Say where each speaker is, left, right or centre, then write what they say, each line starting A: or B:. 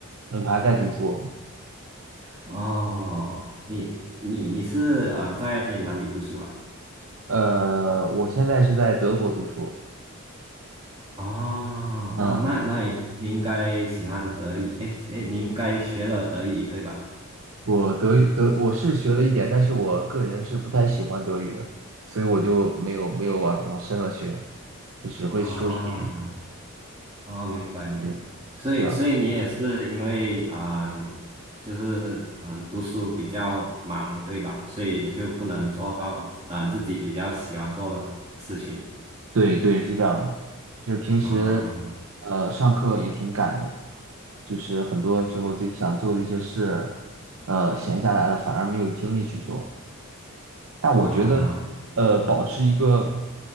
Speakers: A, on the right (about 70°); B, on the right (about 25°).
A: 我还在读书，
B: 哦，你你你是啊、在哪里读书啊？
A: 呃，我现在是在德国读书，
B: 哦
A: 嗯，
B: 哦，那那你你应该喜欢德语，哎哎，诶你应该学了德语对吧？
A: 我德语德我是学了一点，但是我个人是不太喜欢德语的，所以我就没有没有往往深了学，就只会说一点，
B: 啊哦，明白明白，
A: 对，
B: 所以所以你也是因为啊、
A: 这样。
B: 就是嗯、读书比较忙，对吧？所以就不能做到啊、自己比较喜欢做的事情
A: 对对，是这样的，就是平时，
B: 啊
A: 呃，上课也挺赶的，就是很多时候自己想做的一些事，呃，闲下来了反而没有精力去做。但我觉得，
B: 啊、
A: 呃，保持一个